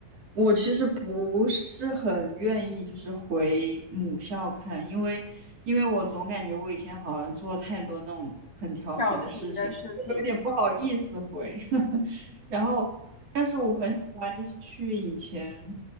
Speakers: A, on the right (about 45°); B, on the left (about 70°).
A: 我其实不是很愿意，就是回母校看，因为因为我总感觉我以前好像做了太多那种很调皮的事情，
B: 调皮的事情。
A: <laughs> 我有点不好意思回。<laughs> 然后，但是我很喜欢就是去以前